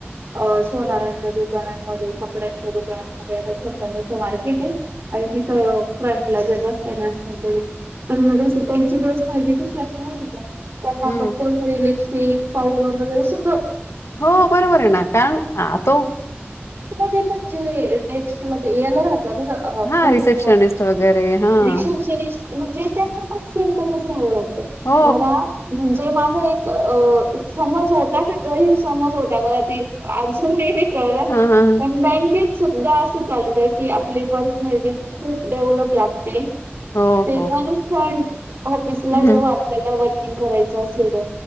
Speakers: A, on the right; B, on the left.
A: अ सोनारांच्या दुकानांमध्ये कपड्यांच्या दुकानांमध्ये आ सा मोठं मार्केट आहे आणि तिथं फ्रंटला जर बसलेलं असतात तर मगस त्यांची पर्सनल आयडिटीशी असत नाही त्यांना
B: हं.
A: कंपल्सरी लिपस्टिक पावडर वगैरे सुधं
B: हो बरोबर आहे ना कारण तो
A: ते पण जे डेक्स्स ला या राह
B: हां,
A: फ्रंट
B: रिसेप्शनिस्ट वगैरे हां.
A: रिश म्हणजे त्यांना सेम राहावं लागत
B: हो.
A: मला म्हणजे माझं एक अ समज होता गहीर समज होता बघ ते अजून प
B: हां, हां, हां.
A: बँके सुद्धा असं चालतं की आपली पर्सन खूप डेव्हलप लागते
B: हो,
A: ते
B: हो, हो.
A: पण. पण ऑफिसला
B: हं,
A: जेव्हा
B: हं.
A: आपल्याला वर्किंग करायचं असेल तर.